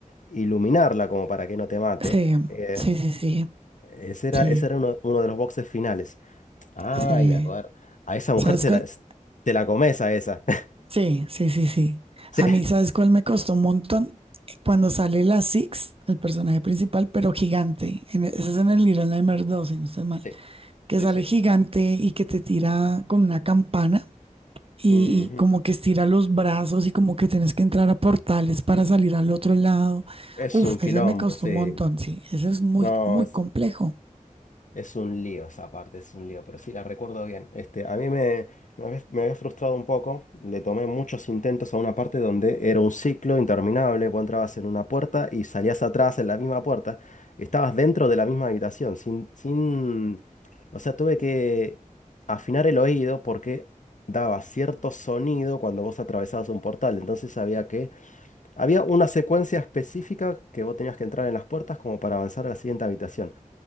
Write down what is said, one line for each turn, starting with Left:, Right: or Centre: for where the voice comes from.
Left: iluminarla como para que no te mate.
Right: Sí,
Left: Eh,
Right: sí, sí, sí,
Left: ese era,
Right: sí,
Left: ese era uno, uno de los boxes finales. Ay,
Right: sí.
Left: me acuerdo. A esa mujer
Right: ¿Sabes
Left: te
Right: cuál?
Left: la, te la comes a esa. <laughs>
Right: Sí, sí, sí, sí.
Left: Sí,
Right: A mí, ¿sabes cuál me costó un montón? Cuando sale la Six, el personaje principal, pero gigante. en- e, ese es en el Little Nightmares dos si no estoy mal.
Left: sí,
Right: Que
Left: sí.
Right: sale
Left: sí.
Right: gigante y que te tira con una campana. y,
Left: Ujú.
Right: y como que estira los brazos y como que tienes que entrar a portales para salir al otro lado.
Left: Es
Right: Uf,
Left: un quilombo,
Right: ese me costó
Left: sí.
Right: un montón, sí, ese es muy,
Left: No,
Right: muy complejo.
Left: Es un lío esa parte, es un lío, pero sí la recuerdo bien. Este, a mí me, me había, me había frustrado un poco. Le tomé muchos intentos a una parte donde era un ciclo interminable. Vos entrabas en una puerta y salías atrás en la misma puerta. Estabas dentro de la misma habitación, sin, sin... O sea, tuve que afinar el oído porque daba cierto sonido cuando vos atravesabas un portal. Entonces había que... Había una secuencia específica que vos tenías que entrar en las puertas como para avanzar a la siguiente habitación.